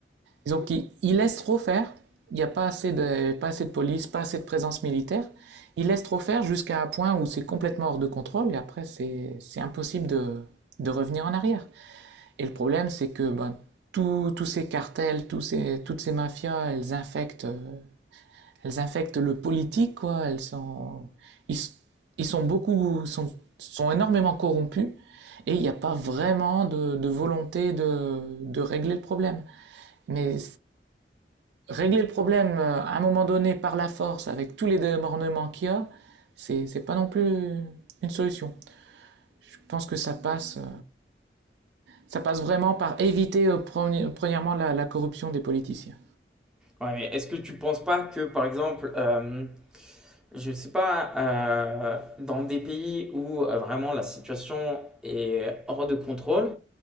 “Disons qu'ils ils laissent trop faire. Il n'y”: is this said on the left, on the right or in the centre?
Right